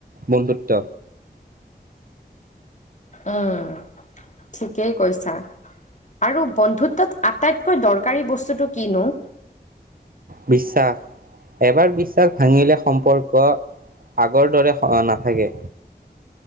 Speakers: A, on the right; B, on the left.
A: বন্ধুত্ব।
B: উম' ঠিকেই কৈছা। আৰু বন্ধুত্বত আটাইতকৈ দৰকাৰী বস্তুটো কিনো?
A: বিশ্বাস। এবাৰ বিশ্বাস ভাঙিলে সম্পৰ্ক আগৰ দৰে হ নাথাকে।